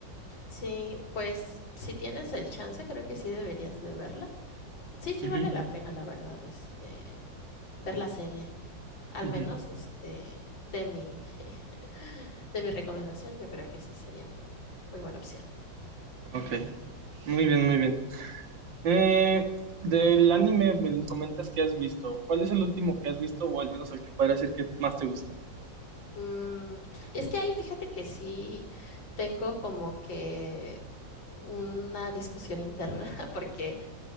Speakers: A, on the left; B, on the right.
A: Sí, pues si tienes el chance, creo que sí deberías de verla. Sí, sí
B: Ujú,
A: vale la pena, la verdad, este, ver la serie. Al
B: ujú.
A: menos, este, de mi, <laughs> de mi recomendación, yo creo que sí sería muy, muy buena opción.
B: Ok, muy bien, muy bien. Eh, del anime me di- comentas que has visto. ¿Cuál es el último que has visto o al menos el que podría decir que más te gustó?
A: Mm, es que ahí fíjate que sí tengo como que una discusión interna, <laughs> porque